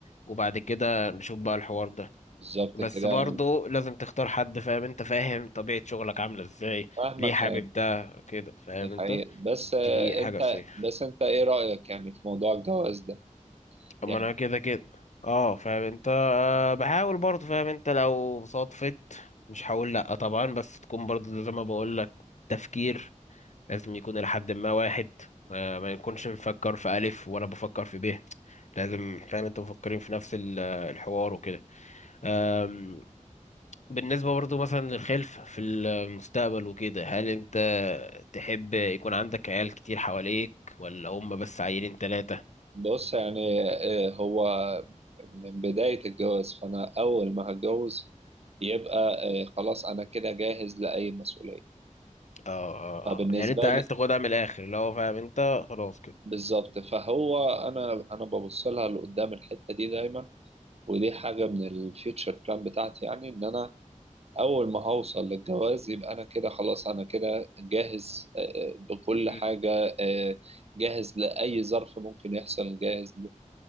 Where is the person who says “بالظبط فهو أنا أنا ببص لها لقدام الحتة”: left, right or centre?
Right